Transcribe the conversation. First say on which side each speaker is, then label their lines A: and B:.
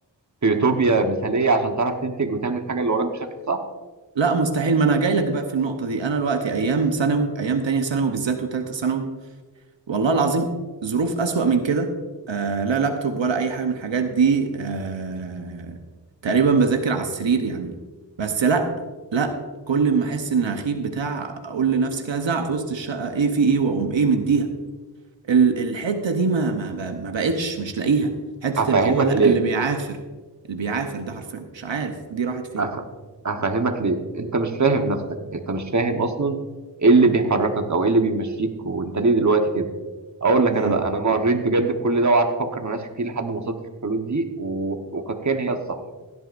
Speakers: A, on the right; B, on the right.
A: في يوتوبيا مثاليه عشان تعرف تنتج وتعمل الحاجه اللي وراك بشكل صح
B: لا مستحيل ما انا جاي لك بقى في النقطة دي انا دلوقتي ايام ثانوي ايام تانية ثانوي بالذات وتالتة ثانوي والله العظيم ظروف أسوأ من كده آه لا لابتوب ولا أي حاجة من الحاجات دي آه تقريبا بذاكر على السرير يعني بس لا لا كل ما أحس إن هخيب بتاع أقول لنفسي كده زعق في وسط الشقة إيه في إيه وأقوم إيه مديها ال- الحتة دي ما ما ب- ما بقتش مش لاقيها حتة
A: هفهمك
B: اللي هو لا
A: ليه
B: اللي بيعافر اللي بيعافر ده حرفيا مش عارف دي راحت فين
A: أف... افهمك ليه انت مش فاهم نفسك انت مش فاهم اصلا ايه اللي بيحركك او ايه اللي بيمشيك وانت ليه دلوقتي كده اقول لك
B: امم
A: انا بقى انا مريت بجد بكل ده وقعدت افكر مع ناس كتير لحد ما وصلت للحلول دي و... وقد كان هي الصح